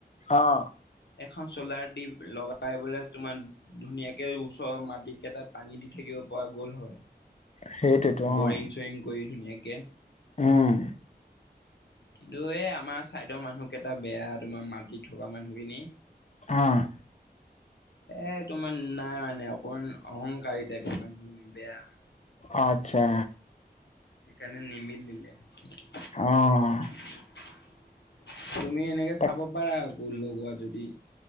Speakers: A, on the left; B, on the left.
A: অঁহ।
B: এখন চলাৰ দি লগাই বোলে তোমাৰ ধুনীয়াকে ওচৰৰ মাটিকেইটা পানী দি থাকিব পৰা গ'ল হয়।
A: সেইটোতো অ',
B: বৰিং-চৰিং কৰি ধুনীয়াকে।
A: উম,
B: কিন্তু এই আমাৰ ছাইডৰ মানুহকেইটা বেয়া, তোমাৰ মাটিত থকা মানুহখিনি।
A: অঁহ।
B: এ' তোমাৰ নাই মানে, অকণমান অহংকাৰী টাইপৰ মানে মানুহ বেয়া।
A: অঁ আচ্ছা।
B: সেইকাৰণে নিমিলে। তুমি
A: অ',
B: এনেকে
A: তাক
B: চাব পাৰা, আকৌ লগোৱা যদি।